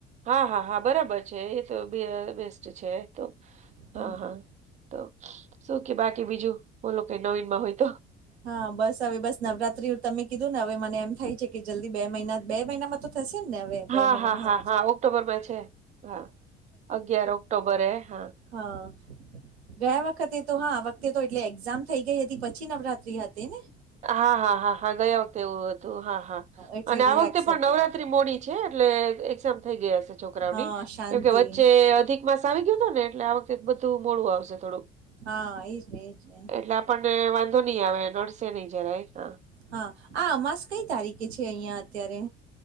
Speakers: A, on the right (about 25°); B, on the right (about 75°).
A: હા હા હા બરાબર છે, એ તો બેસ્ટ છે તો
B: હમ.
A: હા હા તો શું કે બાકી બીજું બોલો કઈ નવીન માં હોય તો?
B: હા બસ હવે બસ નવરાત્રી તમે કીધું ને હવે મને એમ થાય છે કે જલ્દી બે મહિના બે મહિનામાં તો થશે ને હવે બે
A: હા
B: મહિનામાં
A: હા હા
B: હ
A: હા ઓક્ટોબરમાં છે હા અગિયાર ઓક્ટોબરે હા
B: હા. ગયા વખતે તો હા વખતે તો એટલે એક્ઝામ થઈ ગઈ હતી પછી નવરાત્રી હતી ને?
A: હા હા હા હા ગયા વખતે એવું હતું હા હા
B: એટલે
A: અને આ
B: રિલેક્સ
A: વખતે પણ
B: હતું.
A: નવરા મોડી છે, એટલે એઝામ થઈ ગયા છોકરાઓની
B: હા શાંતિ
A: કેમ કે વચ્ચે અધિક માસ આવી ગયો હતો ને એટલે આ વખતે બધું મોડું આવશે થોડુંક.
B: હા એજ ને એજ ને-
A: એટલે આપણને વાંધો નઈ આવે નડસે નહી જરા હા.
B: હા આ અમાસ કઈ તારીખે છે, અહિયાં અત્યારે?